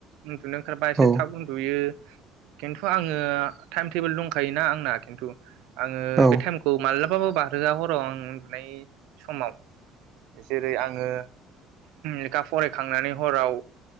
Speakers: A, on the right (about 80°); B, on the right (about 25°).
A: उनदुनो ओंखारबा एसे
B: औ
A: थाब उन्दुयो। खिन्थु आङो टाइम टेबोल दंखायोना आंना खिन्थु। आङो
B: औ ओं
A: बे टाइमखौ मालाब <unintelligible> <unintelligible> हराव आं उन्दुनाय समाव जेरै आङो लेखा फरायखांनानै हराव